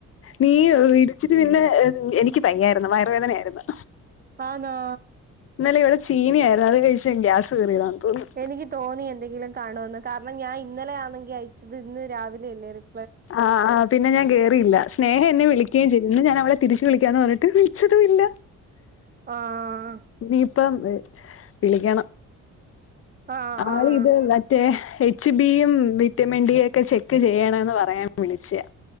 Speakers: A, on the left; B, on the right.
A: നീ വിടിച്ചിട്ട് പിന്നെ എനിക്ക് വയ്യായിരുന്നു വയറുവേദനയായിരുന്നു.
B: ആന്നോ
A: ഇന്നലെ ഇവിടെ ചീനിയായിരുന്നു അത് കഴിച്ചങ് ഗ്യാസ് കേറിയതാന്ന് തോന്നുന്നു.
B: എനിക്ക് തോന്നി എന്തെങ്കിലും കാണോന്ന് കാരണം ഞാൻ ഇന്നലെ ആന്നെങ്കി അയച്ചത് ഇന്ന് രാവിലെയല്ലേരും
A: ആഹ് ആഹ് പിന്നെ ഞാൻ കേയയില്ല. സ്നേഹ എന്നെ വിളിക്ക്യയും ചെയ്തു. ഇന്ന് ഞാൻ അവളെ തിരിച്ചു വിളിക്കാൻ പറഞ്ഞിട്ട് വിളിച്ചതു ഇല്ല.
B: ആഹ്
A: ഇനീ പ്പം വിളിക്കണം.
B: ആഹ്
A: ആൾ
B: ആഹ്
A: ഇത് മ റ്റേ എച്ച് ബിയും വിറ്റമിൻ ഡി യൊക്കെ ചെക്ക് ചെയ്യണം ന്ന് പറയാൻ വിളിച്ചെയാ.